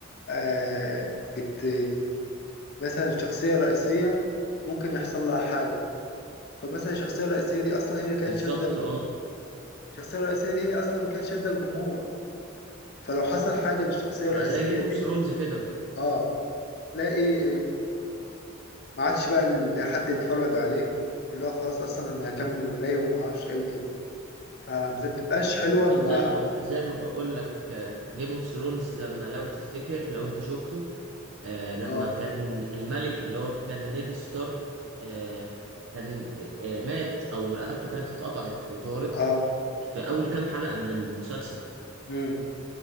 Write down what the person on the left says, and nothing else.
آه، بت مثلا الشخصية الرئيسية ممكن يحصل لها حاجة فمثلا الشخصية الرئيسية دي أصلا هي اللي كانت
شادة الج-
الشخصية الرئيسية دي هي أصلا اللي كانت شادة الجمهور فلو حصل حاجة للشخصية
الرئيسية
دي
اه تلاقي ما عادش بقى ال- حد يتفرج عليه واللي هو خلاص اصلا انا هكمل ولاي وما اعرفش ايه وكده فبتبقاش
حلوه ما
اه
اه
امم